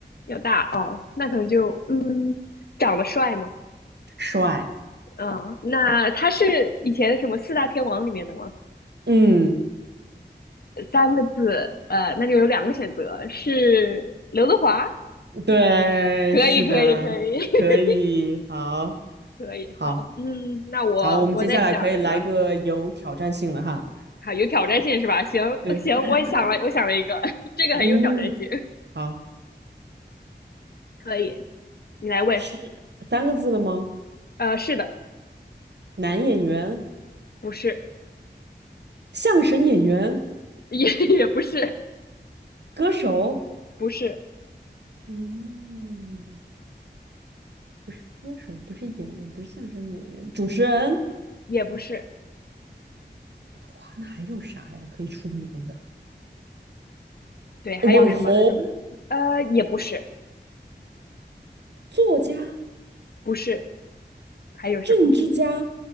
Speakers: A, on the left; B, on the right.
A: 要大哦，那可能就嗯，长得帅嘛，
B: 帅，
A: 嗯，那他是以前什么四大天王里面的吗？
B: 嗯。
A: 三个字，呃，那就有两个选择，是刘德华，
B: 对，
A: 可以，
B: 是的，
A: 可以，可以，
B: 可以，
A: <laughs>
B: 好，
A: 可以，
B: 好，
A: 好，嗯，那我我再想一个，
B: 好，我们接下来可以来个有挑战性的哈。
A: 好，有挑战性是吧？行行，
B: 对，<laughs>
A: 我也想了，我想了一个，<laughs> 这个很有挑战性，
B: 嗯，好，
A: 可以，你来问，
B: 是三个字的吗？
A: 呃，是的，
B: 男演员、
A: 不是，
B: 相声演员、
A: 也 <laughs> 也不是，
B: 歌手，
A: 不是，
B: 嗯，不是歌手，不是演员，不是相声演员，主持人。
A: 也不是，
B: 哇，那还有啥呀？可以出名的
A: 对，还有什么什么，
B: 网红、
A: 呃，也不是，
B: 作家、
A: 不是。还有什么？
B: 政治家。